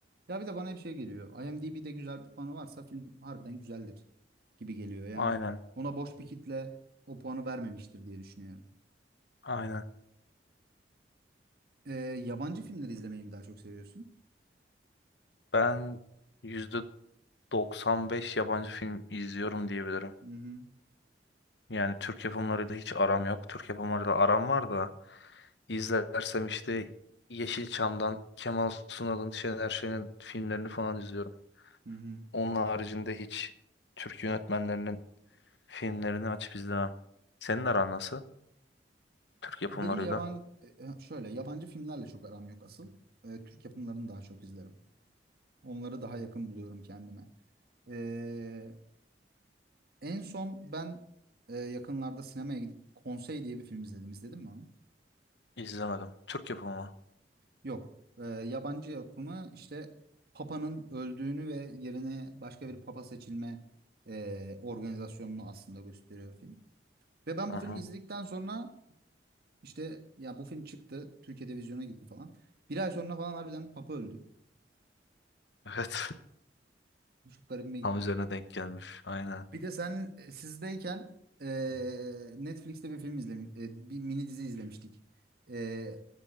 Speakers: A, on the right (about 60°); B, on the left (about 75°).
A: Ya bir de bana hep şey geliyor. IMDb'de güzel bir puanı varsa film harbiden güzeldir gibi geliyor. Yani
B: Aynen,
A: ona boş bir kitle o puanı vermemiştir diye düşünüyorum.
B: aynen.
A: Ee, yabancı filmleri izlemeyi mi daha çok seviyorsun?
B: Ben %95 yabancı film izliyorum diyebilirim.
A: Hı hı.
B: Yani Türk yapımlarıyla hiç aram yok. Türk yapımlarıyla aram var da izlersem işte Yeşilçam'dan Kemal Sunal'ın, Şener Şen'in filmlerini falan izliyorum.
A: Hı hı.
B: Onun haricinde hiç Türk yönetmenlerinin filmlerini açıp izlemem. Senin aran nasıl? Türk yapımlarıyla.
A: Benim yaban e, e, şöyle yabancı filmlerle çok aram yok asıl. E, Türk yapımlarını daha çok izlerim. Onları daha yakın buluyorum kendime. Ee, En son ben e, yakınlarda sinemaya gidip Konsey diye bir film izledim. İzledin mi onu?
B: İzlemedim. Türk yapımı mı?
A: Yok. E, yabancı yapımı işte Papa'nın öldüğünü ve yerine başka bir Papa seçilme e, organizasyonunu aslında gösteriyor film. Ve ben
B: Hı
A: bu filmi
B: hı.
A: izledikten sonra işte ya bu film çıktı. Türkiye'de vizyona girdi falan. Bir ay sonra falan harbiden Papa öldü.
B: Evet.
A: Bu çok garibime
B: <laughs>
A: gitmişti.
B: Tam üzerine denk gelmiş. Aynen.
A: Bir de sen e, sizdeyken e, Netflix'te bir film izlemiş, e, bir mini dizi izlemiştik. E,